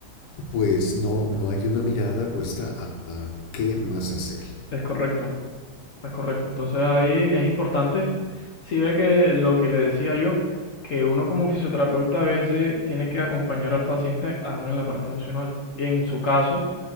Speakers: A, on the left (about 85°); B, on the left (about 55°).
A: pues no, no hay una mirada puesta a, a qué más hacer.
B: Es correcto. Es correcto. Entonces ahí es importante, si ve que lo que le decía yo, que uno como fisioterapeuta a veces tiene que acompañar al paciente aún en la parte emocional. Y en su caso,